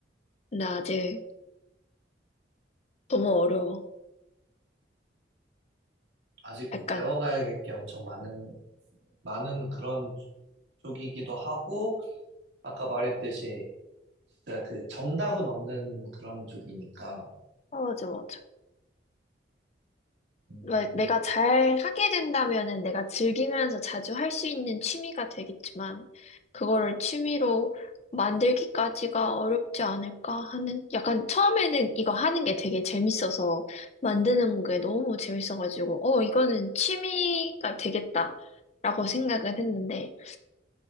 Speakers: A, on the left; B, on the right.
A: 근데 아직 너무 어려워.
B: 아직
A: 약간,
B: 뭐, 배워가야 할 게 엄청 많은, 많은 그런 쪽이기도 하고, 아까 말했듯이, 진짜 그 정답은 없는 그런 쪽이니까.
A: 어, 맞아, 맞아.
B: 음.
A: 왜 내가 잘 하게 된다면은 내가 즐기면서 자주 할 수 있는 취미가 되겠지만, 그거를 취미로 만들기까지가 어렵지 않을까 하는, 약간 처음에는 이거 하는 게 되게 재밌어서, 만드는 게 너무 재밌어가지고, 어, 이거는 취미가 되겠다. 라고 생각은 했는데,